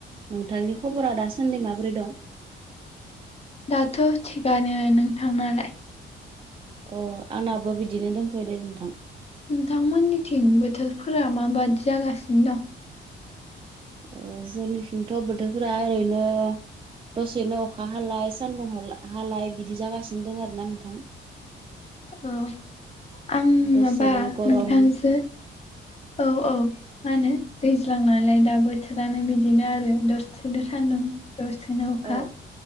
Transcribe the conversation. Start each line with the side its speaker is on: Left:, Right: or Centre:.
Right: नोंथांनि खबरा दासान्दि माबोरै दं?
Left: दाथ' थिगानो नोंथांनालाय।
Right: अ' आंनाबो बिदिनो दोंन्थयो दे नोंथां।
Left: नोंथांमोननिथिं बोथोरफोरा माबादि जागासिनो दं।
Right: ओ जोंनिखिंथ' बोथोरफोरा ओरैनो। दसेनो अखा हालाय सानदुं दुंलाय बिदि जागासिनो दं आरोना नोंथां।
Left: औ आं
Right: दसेनो
Left: माबा
Right: गरम
Left: नोंथांजों औ औ। मा होनो दैज्लां नालाय दा बोथोरानो बिदिनो आरो दसेनो सान्दुं। दसेनो अखा।
Right: औ